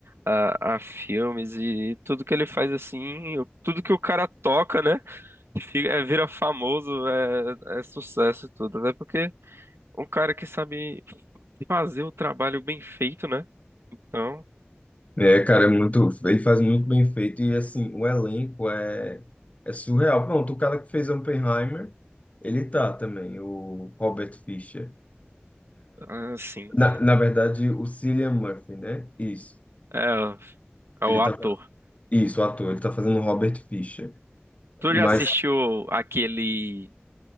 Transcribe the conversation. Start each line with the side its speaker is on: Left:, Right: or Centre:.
Right: a, a filmes e tudo que ele faz assim, o- tudo que o cara toca, né? Fica, é, vira famoso, é, é sucesso e tudo. Até porque um cara que sabe fazer o trabalho bem feito, né? Então.
Left: É, cara, é muito. Ele faz muito bem feito. E, assim, o elenco é, é surreal. Pronto, o cara que fez Oppenheimer, ele tá também, o Robert Fischer.
Right: Ah, sim.
Left: Na, na verdade, o Cillian Murphy, né? Isso.
Right: É, o- é
Left: Ele
Right: o
Left: tá,
Right: ator.
Left: isso, o ator. Ele tá fazendo o Robert Fisher.
Right: Tu
Left: Mas,
Right: já assistiu aquele,